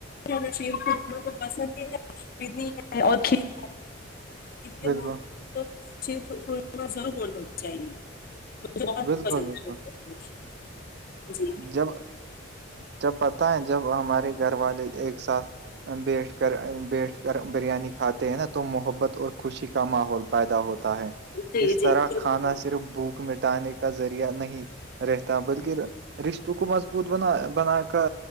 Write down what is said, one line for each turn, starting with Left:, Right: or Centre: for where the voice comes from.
Left: کو پسند ہی ہے پکنی ہے اور کھیت کے
Right: بالکل
Left: م تور چاہیے مجھے بہت
Right: بالکل
Left: پسند
Right: بالکل
Left: جی
Right: جب جب پتا ہے جب ہمارے گھر والے ایک ساتھ بیٹھ کر بیٹھ کر بریانی کھاتے ہیں نا تو محبت اور خوشی کا ماحول پیدا ہوتا ہے
Left: جی
Right: اس
Left: جی جی
Right: طرح کھانا
Left: جی
Right: صرف بھوک مٹانے کا ذریعہ نہیں رہتا بلکہ رشتوں کو مضبوط بنا بنا کا